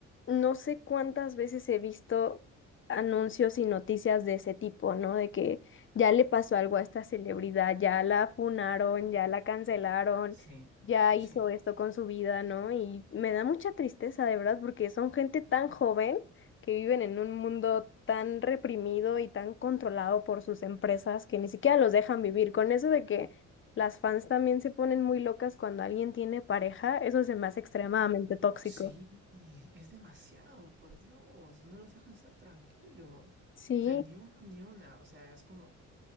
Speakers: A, on the left; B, on the right.
A: no sé cuántas veces he visto anuncios y noticias de ese tipo, ¿no? De que ya le pasó algo a esta celebridad, ya la funaron, ya la cancelaron,
B: Sí,
A: ya hizo
B: sí.
A: esto con su vida, ¿no? Y me da mucha tristeza, de verdad, porque son gente tan joven que viven en un mundo tan reprimido y tan controlado por sus empresas que ni siquiera los dejan vivir. Con eso de que las fans también se ponen muy locas cuando alguien tiene pareja, eso se me hace extremadamente tóxico.
B: Sí, es demasiado, por Dios. No los dejan estar tranquilos.
A: Sí,
B: O sea, ni uno ni una. O sea, es como,